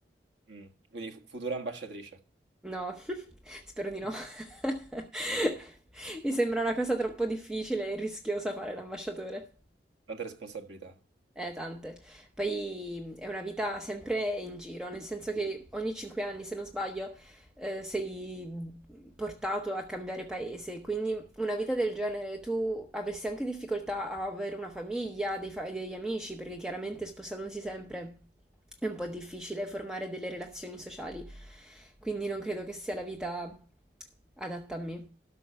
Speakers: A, on the right (about 80°); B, in the centre.
A: Mm. Quindi fu- futura ambasciatrice,
B: No, <laughs> spero di no. <laughs> Mi sembra una cosa troppo difficile e rischiosa fare l'ambasciatore.
A: tante responsabilità.
B: Eh, tante. Poi è una vita sempre in giro, nel senso che ogni cinque anni, se non sbaglio, eh, sei portato a cambiare paese. Quindi una vita del genere tu avresti anche difficoltà a avere una famiglia, dei fa- degli amici, perché chiaramente spostandosi sempre è un po' difficile formare delle relazioni sociali. Quindi non credo che sia la vita adatta a me.